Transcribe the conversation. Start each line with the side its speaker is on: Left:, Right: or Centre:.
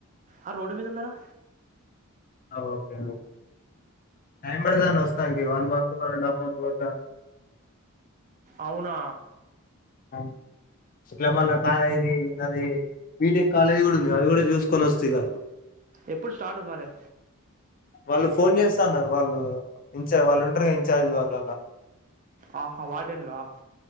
Right: ఆ రోడ్డు మీద ఉన్నారా
Left: ఓకే ఓకే టైం పడదాంట వస్తా ఇంటికి one month one and half month పడత
Right: అవునా
Left: అవు ఇట్లా మళ్ళా కాలు ఇది బీటెక్ కాలేజీ కూడా ఉంది అది కూడా చూసుకొని వస్త ఇక
Right: ఎప్పుడు స్టార్ట్ మారే
Left: వాళ్ళు ఫోన్ చేస్తన్నారు వాళ్ళు ఇచా వాళ్ళు ఉంటారుగా ఇన్ఛార్జ్ వాళ్ళులా
Right: ఆహా వార్డెన్లా